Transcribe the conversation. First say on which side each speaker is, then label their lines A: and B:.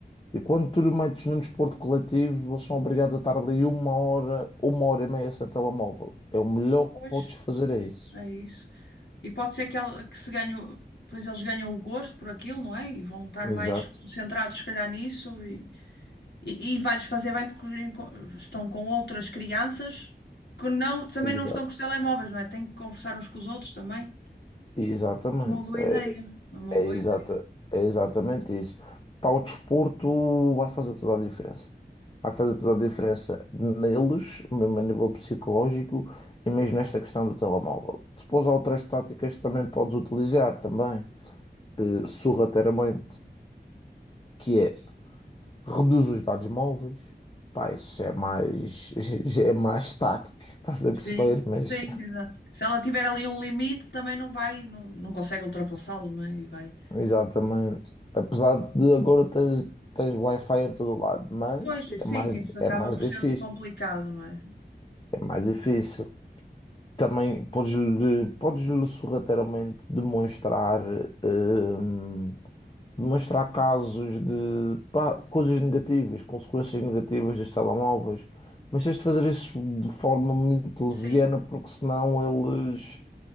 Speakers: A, on the left (about 30°); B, on the left (about 80°).
A: E quando tu lhe metes num desporto coletivo, eles são obrigados a estar ali uma hora, uma hora e meia sem telemóvel. É o melhor
B: Pois,
A: que podes fazer, é isso.
B: é isso. E pode ser que, ela, que se ganhe, o- pois eles ganham o gosto por aquilo, não é? E vão estar
A: Exato,
B: mais concentrados, se calhar, nisso e E, e vai-lhes fazer bem porque enco- estão com outras crianças que não, também
A: exato.
B: não estão com os telemóveis, não é? Têm que conversar uns com os outros também.
A: Exatamente.
B: Uma boa
A: É,
B: ideia, uma
A: é,
B: boa
A: exata,
B: ideia.
A: é exatamente isso. Para o desporto vai fazer toda a diferença. Vai fazer toda a diferença neles, mesmo a nível psicológico, e mesmo nesta questão do telemóvel. Depois há outras táticas que também podes utilizar também, eh, sorrateiramente, que é reduz os dados móveis. Pá, isso é mais, <laughs> já é mais estático, estás a perceber?
B: Sim,
A: Mas,
B: sim, exato. Se ela tiver ali um limite, também não vai, não, não consegue ultrapassá-lo, não é? E vai.
A: <laughs> exatamente. Apesar de agora tens, tens Wi-Fi em todo lado, mas
B: Pois,
A: é mais,
B: sim, isso acaba
A: é mais
B: por
A: difícil.
B: ser complicado, não é?
A: É mais difícil. Também podes-lhe podes-lhe sorrateiramente demonstrar hum, demonstrar casos de pá, coisas negativas, consequências negativas dos telemóveis, mas tens de fazer isso de forma muito
B: Sim,
A: leviana, porque senão eles,